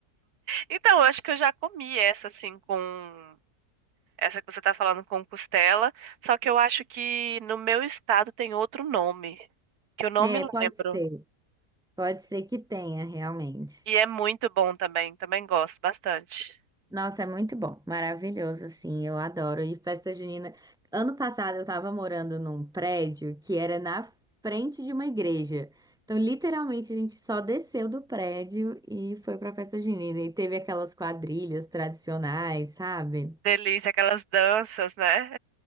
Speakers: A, on the right; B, in the centre.
A: Então, eu acho que eu já comi essa assim com essa que você tá falando com costela, só que eu acho que no meu estado tem outro nome, que eu não
B: É,
A: me lembro.
B: pode ser. Pode ser que tenha, realmente.
A: E é muito bom também, também gosto bastante.
B: Nossa, é muito bom, maravilhoso, assim, eu adoro. E festa junina. Ano passado eu tava morando num prédio que era na frente de uma igreja. Então, literalmente, a gente só desceu do prédio e foi pra festa junina. E teve aquelas quadrilhas tradicionais, sabe?
A: Delícia, aquelas danças, né?